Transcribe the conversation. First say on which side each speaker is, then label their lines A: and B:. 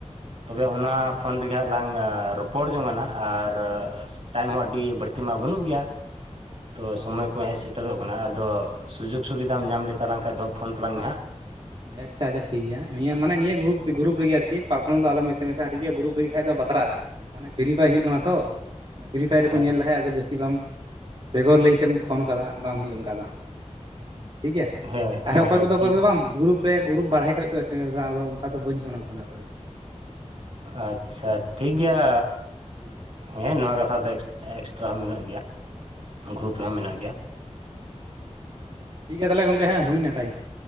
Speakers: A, on the right; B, on the right.
A: ᱛᱚᱵᱮ ᱚᱱᱟ ᱯᱷᱳᱱ ᱨᱮᱜᱮ ᱦᱟᱸᱜ ᱞᱟᱝ ᱨᱚᱯᱚᱲ ᱡᱚᱝ ᱟᱱᱟᱜ ᱟᱨᱼᱼ
B: ᱦᱳᱭ
A: ᱴᱟᱭᱤᱢ ᱦᱚᱸ ᱟᱹᱰᱤ ᱵᱟᱹᱲᱛᱤ ᱢᱟ ᱵᱟᱹᱱᱩᱜ ᱜᱮᱭᱟ ᱛᱚ ᱥᱚᱢᱚᱭ
B: ᱴᱟᱭᱤᱢ
A: ᱠᱚ
B: ᱢᱟ
A: ᱦᱮᱡ
B: ᱦᱩᱭᱱᱟ
A: ᱥᱮᱴᱮᱨᱚᱜ ᱟᱱᱟ ᱟᱫᱚ ᱥᱩᱡᱳᱜᱽ ᱥᱩᱵᱤᱫᱷᱟᱢ ᱧᱟᱢ ᱞᱮᱛᱟᱞᱟᱝ ᱠᱷᱟᱱ ᱫᱚ ᱯᱷᱳᱱ ᱛᱟᱞᱟᱝ ᱢᱮ ᱦᱟᱸᱜᱼᱼ
B: ᱟᱪᱪᱷᱟ ᱟᱪᱪᱷᱟ ᱴᱷᱤᱠ ᱜᱮᱭᱟ ᱱᱤᱭᱟᱹ ᱢᱟᱱᱮ ᱱᱤᱭᱟᱹ ᱜᱨᱩᱯ ᱜᱩᱨᱩᱯ ᱨᱮᱜᱮ ᱟᱨᱠᱤ ᱯᱟᱨᱥᱱᱟᱞ ᱫᱚ ᱟᱞᱚᱢ ᱮᱥᱮ ᱢᱮ ᱥᱟ ᱟ ᱴᱷᱤᱠ ᱜᱮᱭᱟ ᱜᱩᱨᱩᱯ ᱨᱮᱜᱮ ᱫᱚ ᱵᱟᱛᱨᱟᱜᱼᱟ᱾ ᱢᱟᱱᱮ ᱵᱷᱮᱨᱤᱯᱷᱟᱭ ᱦᱩᱭᱩᱜ ᱠᱟᱱᱟ ᱛᱚ ᱢᱟᱱᱮ ᱵᱷᱮᱨᱤᱯᱷᱟᱭ ᱨᱮᱠᱚ
A: ᱦᱮᱸ
B: ᱧᱮᱞ ᱞᱮᱠᱷᱟᱱ ᱡᱟᱹᱥᱛᱤ ᱵᱟᱢᱼᱼ ᱵᱮᱜᱚᱨ ᱞᱟᱹᱭ ᱛᱮᱢ ᱯᱷᱳᱱ ᱠᱟᱫᱟ ᱵᱟᱝ ᱦᱩᱭᱩᱜᱼᱟ ᱚᱱᱠᱟ ᱫᱚ, ᱴᱷᱤᱠ ᱜᱮᱭᱟ
A: ᱦᱮᱸ
B: ᱟᱨᱦᱚᱸ
A: ᱦᱮᱸ
B: ᱚᱠᱚᱭ
A: ᱦᱮᱸ
B: ᱠᱚᱫᱚ
A: ᱴᱷᱤᱠ
B: ᱚᱠᱚᱭ ᱠᱚᱫᱚ ᱵᱟᱝ ᱵᱩᱞᱼᱼ ᱜᱩᱨᱩᱯ ᱵᱟᱨᱦᱮ ᱠᱷᱚᱱ ᱠᱚ ᱮᱥᱮᱢᱮᱥ ᱮᱫᱟ ᱟᱫᱚ ᱚᱱᱠᱟ ᱫᱚ ᱵᱟᱹᱧ ᱯᱷᱱᱟᱢ ᱠᱚ ᱠᱟᱱᱟ ᱚᱠᱚᱭ ᱠᱚᱫᱚ
A: ᱟᱪᱪᱷᱟ ᱴᱷᱤᱠ ᱜᱮᱭᱟ᱾
B: <inaudible>
A: ᱦᱮᱸ ᱱᱚᱣᱟ ᱠᱟᱛᱷᱟ ᱫᱚ ᱮᱠᱥᱴᱨᱟ ᱦᱚᱸ ᱢᱮᱱᱟᱜ ᱜᱮᱭᱟ
B: ᱦᱮᱸ᱾
A: ᱜᱩᱨᱩᱯ ᱨᱮᱦᱚᱸ ᱢᱮᱱᱟᱜ ᱜᱮᱭᱟ᱾
B: ᱴᱷᱤᱠ ᱜᱮᱭᱟ ᱛᱟᱦᱚᱞᱮ ᱜᱚᱝᱠᱮ
A: ᱟ-
B: ᱦᱮᱸ ᱦᱩᱭᱮᱱᱟ ᱴᱟᱭᱤᱢ